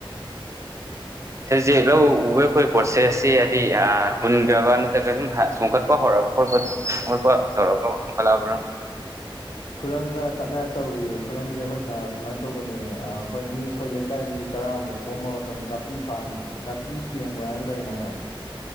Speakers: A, on the right; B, on the left.
A: ꯁꯤꯁꯦꯛ ꯂꯧ ꯎꯕ ꯑꯩꯈꯣꯏ ꯄ꯭ꯔꯣꯁꯦꯁꯁꯤꯦ ꯍꯥꯏꯗꯤ ꯍꯨꯟꯈ꯭ꯔꯕ ꯅꯠꯇ꯭ꯔꯒ ꯁꯨꯝ ꯆꯣꯡꯈꯠꯄ ꯍꯧꯔꯛꯑꯕ ꯀꯄ ꯀꯣꯄꯧꯔꯕ꯭ꯔꯣ ꯀꯜꯂꯑꯕ꯭ꯔꯥ
B: ꯈꯨꯔꯪ ꯈꯔ ꯆꯠꯅꯔ ꯇꯧꯔꯤꯌꯦ ꯈꯨꯔꯪꯁꯦ ꯑꯩꯈꯣꯏ ꯁꯨꯃꯥꯏꯅ ꯇꯧꯕꯅꯦ ꯑꯩꯈꯣꯏ ꯃꯤ ꯑꯩꯈꯣꯏ ꯂꯩꯀꯥꯏ ꯃꯤ ꯇꯔꯥꯃꯨꯛ ꯈꯣꯝꯃꯒ ꯁꯨꯝ ꯅꯥꯄꯤ ꯅꯥꯄꯤ ꯇꯦꯡꯕꯅ ꯂꯩꯅꯁꯨꯣ